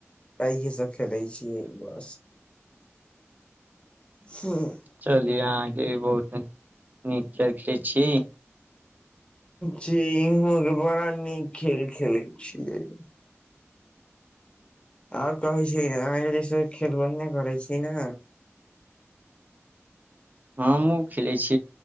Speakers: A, on the left (about 20°); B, on the right (about 35°).
A: त इहे सब खेलै छियै बस ह
B: चलिये अहाँके भी बहुत नीक खेल खेलै छिय
A: जी इहके बड़ा नीक खेल खेलैत छियै आंओर कहै छै अहाँ से जे खेल बहिने करै छी ने
B: हँ हमहुँ खेलै छी